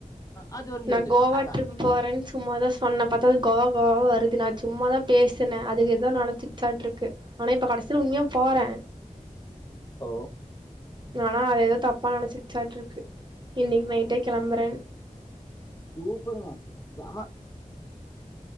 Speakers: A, on the left; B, on the right.
A: அது வந்துருது
B: நா கோவா
A: ஆடா
B: ட்ரிப் போறன்னு சும்மாதா சொன்ன பாத்தா அது கோவா கோவாவா வருது நா சும்மாதா பேசுன அது எதோ நெனச்சிகிச்சாட்டு இருக்கு ஆனா இப்ப கடசில உண்மையா போற
A: ஓ
B: ஆனா அது எதோ தப்பா நெனச்சிகிச்சாட்டு இருக்கு இன்னைக்கி நைட்டே கெளம்புற
A: சூப்பருங்க செம